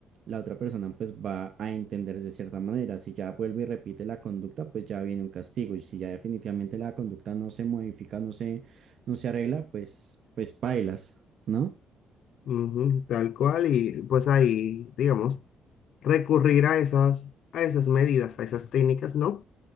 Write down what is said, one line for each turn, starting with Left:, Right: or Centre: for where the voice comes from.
Right: la otra persona pues va a entender de cierta manera. Si ya vuelve y repite la conducta, pues ya viene un castigo. Y si ya definitivamente la conducta no se modifica, no se, no se arregla, pues, pues pailas, ¿no?
Left: Ujú, tal cual, y pues ahí, digamos, recurrir a esas, a esas medidas, a esas técnicas, ¿no?